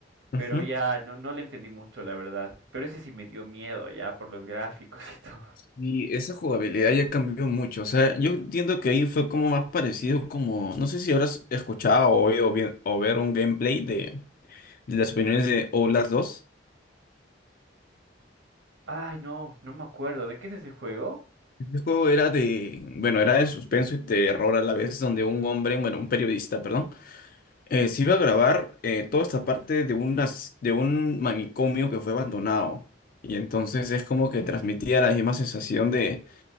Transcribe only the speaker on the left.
Ujú.
Y esa jugabilidad ya cambió mucho, o sea, yo entiendo que ahí fue como más parecido como, no sé si habrás escuchado o oído bien, o ver un gameplay de de las opiniones de O las dos.
Este juego era de, bueno, era de suspenso y terror a la vez, donde un hombre, bueno, un periodista, perdón, eh, se iba a grabar eh, toda esta parte de unas, de un manicomio que fue abandonado. Y entonces es como que transmitía la misma sensación de,